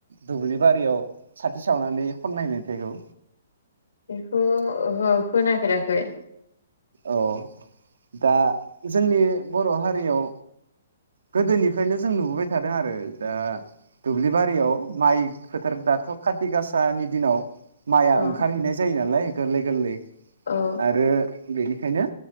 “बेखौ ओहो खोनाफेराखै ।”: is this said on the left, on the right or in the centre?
Left